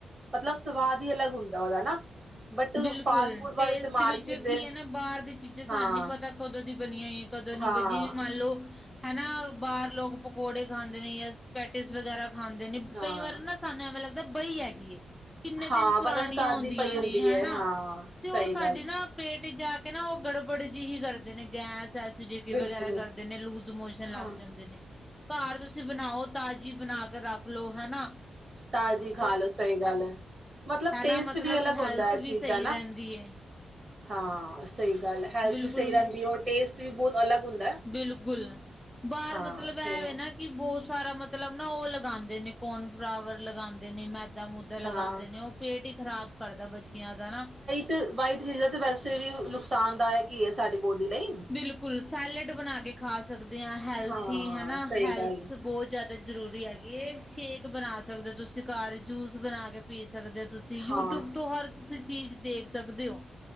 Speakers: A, on the right; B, in the centre.
A: ਮਤਲਬ ਸਵਾਦ ਹੀ ਅਲੱਗ ਹੁੰਦਾ ਉਹਦਾ ਨਾ। ਬਟ
B: ਬਿਲਕੁਲ,
A: ਫਾਸਟ ਫੂਡ ਵਾਲੇ
B: ਟੇਸਟ
A: ਜੋ ਮਾਰਕੀਟ
B: ਵਿੱਚ
A: ਦੇ
B: ਕੀ ਹੈ ਨਾ ਬਾਹਰ ਦੀ ਚੀਜ਼ਾਂ ਸਾਨੂੰ
A: ਹਾਂ
B: ਨੀ ਪਤਾ ਕਦੋਂ ਦੀ ਬਣੀ ਹੋਈ ਕਦੋਂ ਨੀ
A: ਹਾਂ
B: ਬੱਣੀ, ਜਿਵੇੰ ਮੰਨ ਲਓ ਹੈਨਾ ਬਾਹਰ ਲੋਕ ਪਕੌੜੇ ਖਾਂਦੇ ਨੇ ਜਾਂ ਸਪੈਟਿਸ ਵਗੈਰਾ ਖਾਂਦੇ ਨੇ
A: ਹਾਂ
B: ਕਈ ਵਾਰ ਨਾ ਸਾਨੂੰ ਐਵੇਂ ਲੱਗਦਾ ਬਹੀ ਹੈਗੀ ਏ ਕਿੰਨੇ
A: ਹਾਂ
B: ਦਿਨ ਪੁਰਾਣੀਆਂ
A: ਪਤਾ ਨੀ ਕਦ
B: ਹੁਦੀਆਂ
A: ਦੀ ਪਈ ਹੁੰਦੀ
B: ਨੇ ਹੈਨ
A: ਹੈ
B: ਨਾ
A: ਹਾਂ
B: ਤੇ ਉਹ
A: ਸਹੀ
B: ਸਾਡੀ
A: ਗੱਲ ਹੈ
B: ਨਾ ਪੇਟ ਜਾ ਕੇ ਨਾ ਉਹ ਗੜਬੜ ਜਿਹੀ ਕਰਦੇ ਨੇ ਗੈਸ ਐਸੀਲਿਟੀ
A: ਬਿਲਕੁਲ
B: ਵਗੈਰਾ ਕਰਦੇ ਨੇ ਲੂਜ ਮੋਸ਼ਨ ਲੱਗ
A: ਹਾਂ
B: ਜਾਂਦੇ ਨੇ। ਘਰ ਤੁਸੀਂ ਬਣਾਓ ਤਾਜ਼ੀ ਬਣਾ ਕੇ ਰੱਖ ਲਓ ਹੈਨਾ।
A: ਤਾਜ਼ੀ ਖਾ ਲੋਓ ਸਹੀ ਗੱਲ ਹੈ, ਮਤਲਬ
B: ਹੈਨਾ
A: ਟੇਸਟ
B: ਮਤਲਬ
A: ਵੀ ਅਲੱਗ
B: ਹੈਲਥ
A: ਹੁੰਦਾ। ਚੀਜ਼
B: ਵੀ ਸਹੀ
A: ਦਾ ਨਾ
B: ਰਹਿੰਦੀ ਏ
A: ਹਾਂ, ਸਹੀ ਗੱਲ ਹੈਲਥ
B: ਬਿਲਕੁਲ
A: ਵੀ ਸਹੀ ਰਹਿੰਦੀ ਉਹ ਟੇਸਟ ਵੀ ਬਹੁਤ ਅਲੱਗ ਹੁੰਦਾ।
B: ਬਿਲਕੁਲ, ਬਾਹਰ
A: ਹਾਂ
B: ਮਤਲਬ
A: ਸਹੀ
B: ਐਵੇ
A: ਆ,
B: ਨਾ ਕਿ ਬਹੁਤ ਸਾਰਾ ਮਤਲਬ ਨਾ ਉਹ ਲਗਾਉਂਦੇ ਨੇ ਕੋਰਨ ਫਲਾਵਰ ਲਗਾਉਂਦੇ ਨੇ ਮੈ ਦਾ ਮੁੱਦਾ ਲਗਾਉਂਦੇ
A: ਹਾਂ
B: ਨੇ ਉਹ ਪੇਟ ਹੀ ਖ਼ਰਾਬ ਕਰਦਾ ਬੱਚਿਆਂ ਦਾ ਨਾ।
A: ਤੇ ਵਾਈਟ ਚੀਜ਼ਾਂ ਤੇ ਵੈਸੇ ਵੀ ਨੁਕਸਾਨਦਾਇਕ ਹੀ ਹੈ ਸਾਡੀ ਬੋਡੀ ਲਈ।
B: ਬਿਲਕੁਲ, ਸੈਲਡ ਬਣਾ ਕੇ ਖਾ ਸਕਦੇ ਹਾਂ ਹੈਲਥੀ
A: ਹਾਂ
B: ਹੈਨਾ
A: ਸਹੀ
B: ਹੈਲਥ
A: ਗੱਲ ਹੈ,
B: ਬਹੁਤ ਜ਼ਿਆਦਾ ਜ਼ਰੂਰੀ ਹੈਗੀ ਇਹ, ਸ਼ੇਕ ਬਣਾ ਸਕਦੇ ਹੋ ਤੁਸੀਂ ਘਰ ਜੂਸ ਬਣਾ ਕੇ ਪੀ ਸਕਦੇ ਹੋ ਤੁਸੀਂ ਯੂਟਿਊਬ
A: ਹਾਂ
B: ਤੋਂ ਹਰ ਤੁਸੀਂ ਚੀਜ਼ ਦੇਖ ਸਕਦੇ ਹੋ।